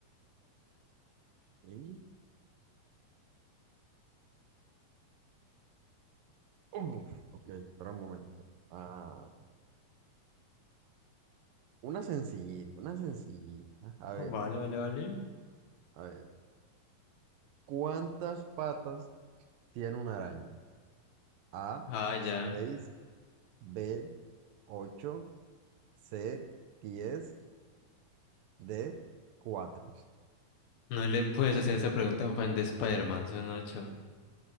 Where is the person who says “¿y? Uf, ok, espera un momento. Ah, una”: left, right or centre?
Right